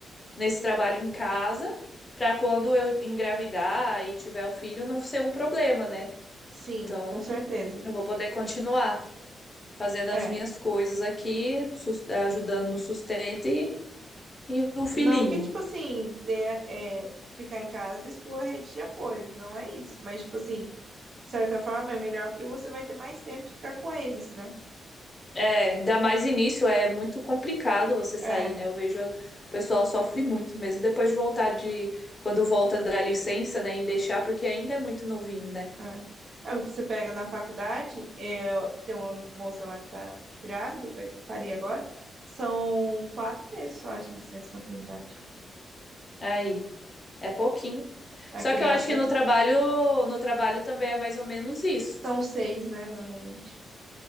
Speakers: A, on the left; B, on the right.
A: nesse trabalho em casa, para quando eu engravidar e tiver o filho não ser um problema, né?
B: sim,
A: Então,
B: com certeza.
A: eu vou poder continuar fazendo
B: É.
A: as minhas coisas aqui, sus- ajudando no sustento e, e o filhinho.
B: Não que, tipo assim, ter, é, ficar em casa exclua a rede de apoio, não é isso. Mas, tipo assim, De certa forma, é melhor porque você vai ter mais tempo de ficar com eles, né?
A: É, ainda mais início, é muito complicado você
B: É,
A: sair, né? Eu vejo a- o pessoal sofre muito mesmo. Depois de voltar de, quando volta da licença, né, em deixar, porque ainda é muito novinho, né?
B: é. É o que você pega na faculdade, é, tem uma moça lá que tá grávida, vai parir agora, são quatro meses só de licença maternidade.
A: Aí, é pouquinho.
B: A
A: Só
B: criança
A: que eu acho que no trabalho, no trabalho também é mais ou menos isso.
B: são seis, né, normalmente.